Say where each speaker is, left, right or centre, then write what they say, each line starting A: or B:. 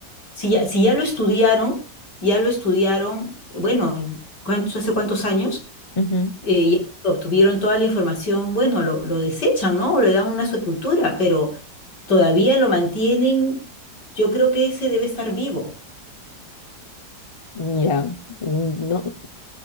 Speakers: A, on the left; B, on the left.
A: Si ya, si ya lo estudiaron, ya lo estudiaron, bueno, ¿cuántos, hace cuántos años?
B: Ujú.
A: Eh, ya obtuvieron toda la información, bueno, lo, lo desechan, ¿no? O le dan una sepultura, pero todavía lo mantienen. Yo creo que ese debe estar vivo.
B: Mira, mm, no,